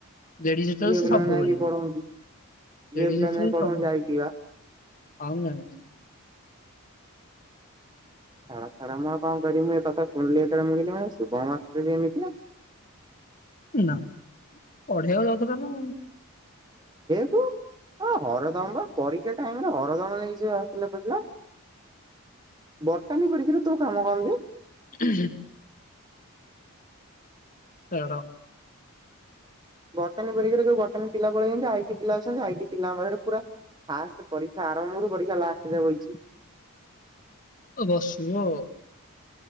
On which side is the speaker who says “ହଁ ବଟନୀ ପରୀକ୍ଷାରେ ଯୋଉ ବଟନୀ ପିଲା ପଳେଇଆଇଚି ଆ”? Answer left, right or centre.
Right